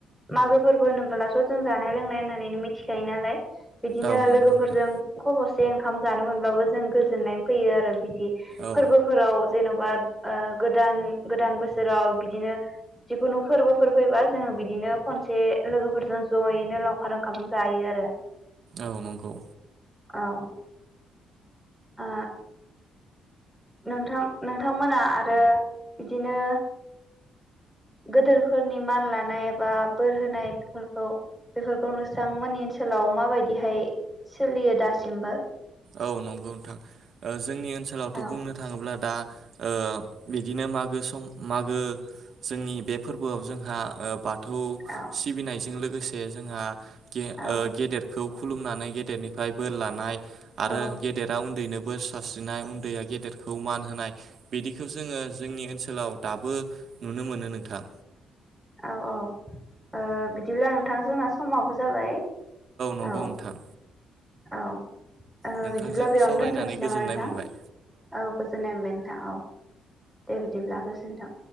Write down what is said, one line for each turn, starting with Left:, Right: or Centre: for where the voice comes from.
Centre: मागो फोरबो होनबोलास जों जानाय लोंनाय होननानै मिथिखायो नालाय बे बिदिनो
Right: औ
Centre: लोगोफोरजों
Right: नंगौ नोंथां
Centre: खबस एसे ओंखाम जानो मोनब्लाबो जों गोजोननाय फैयो आरो बिद दि
Right: औ
Centre: फोरबोफोराव जेनेबा ओ गोदान गोदान बोसोराव बिदिनो जिखुनु फोरबोफोर फैबा जोङो बिदिनो खनसे लोगोफोरजों जयैनो लावखार ओंखाम जायो आरो।
Right: औ नंगौ
Centre: औ आ नोंथां-नोंथांमोना आरो बिदिनो गोदोरफोरनि मान लानाय एबा बोर होनायफोरखौ बेफोरखौ नोंस्रामोननि ओनसोलाव माबायदिहाय सोलियो दासिमबो?
Right: औ नंगौ नोंथां जोंनि ओनसोलावथ
Centre: औ
Right: बुंनो थाङोब्ला दा ओ बिदिनो मागो सम मागो जोंनि बे फोरबोआव जोंहा ओ बाथ थौ
Centre: औ
Right: सिबिनायजों लोग गोसे जोंहा गे ओ
Centre: औ
Right: गेदेरखौ खुलुमनानै गेदेरनिफ्राय बोर लानाय आरो
Centre: औ
Right: गेदेरा उन्दैनो बोर सस्रिनाय उन्दैया गेदेरखौ मान होनाय बिदिखौ जोङो जोंनि ओनसोलाव दाबो नुनो मोनो नोंथां।
Centre: औ औ ओ बिदिब्ला नोंथां जोंना समाबो जाबाय
Right: नंगौ
Centre: औ
Right: नोंथां
Centre: औ ओ
Right: नोंथांजों
Centre: बिदिब्ला बेयावनो
Right: सावरायनानै
Centre: दोनथ'नोसै
Right: गोजोननाय
Centre: नामा नोंथां
Right: मोनबाय
Centre: औ गोजोननाय मोनबाय नोंथां औ दे बिदिब्ला गोजोन जोनथों